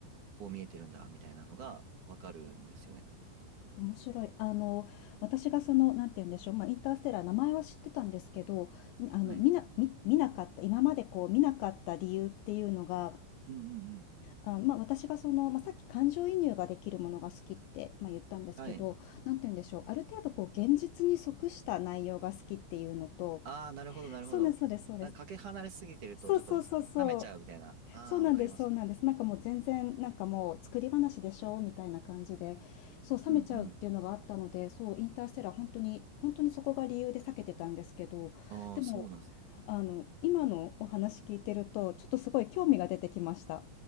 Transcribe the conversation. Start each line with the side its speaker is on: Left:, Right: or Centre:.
Right: こう見えてるんだみたいなのがわかるんですよね。
Left: 面白い。あの、私がその、なんて言うんでしょう、まあ、インターステラー、名前は知ってたんですけど、みあの、
Right: はい。
Left: 見な、見、見なかった、今までこう、見なかった理由っていうのが、
Right: うんうんうん。
Left: あ、まあ、私がその、まあ、さっき感情移入ができるものが好きって、まあ、言ったんですけど、
Right: はい。
Left: なんて言うんでしょう、ある程度こう、現実に即した内容が好きっていうのと、
Right: ああ、なるほど、なるほど。
Left: そうです、そうです、そうです。
Right: なんかかけ離れすぎてると、
Left: そうそうそうそう。
Right: ちょっと冷めちゃうみたいな。ああ、
Left: そうなんです、
Right: わかります。
Left: そうなんです。なんかもう全然、なんかもう作り話でしょみたいな感じで、そう、冷めちゃうっていうのがあったので、
Right: うんうん。
Left: そう、インターステラー本当に、本当にそこが理由で避けてたんですけど、
Right: ああ、
Left: でも、
Right: そうなんですね。
Left: あの、今のお話聞いてると、ちょっとすごい興味が出てきました。